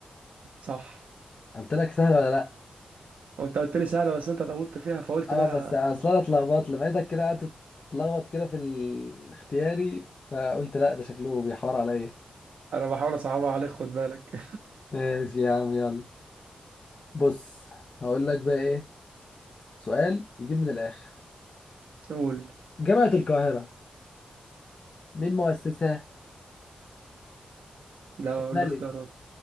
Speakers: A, on the right; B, on the left.
A: صح
B: قلت لك سهلة ولا لا
A: وانت قلت لي سهله بس انت طولت فيها فقلت
B: اه
A: بقى
B: بس اصل انا اتلخبطت لقيتك كده قعدت تتلخبط كده في الاختياري فقلت لا ده شكله بيحور عليا
A: انا بحاول اصعبها عليك خد بالك
B: ماشي يا عم يلا بص هقول لك بقى ايه سؤال يجيب من الاخر
A: <laughs> قول
B: جامعة القاهرة مين مؤسسها
A: ده اقول
B: الملك
A: الاختيارات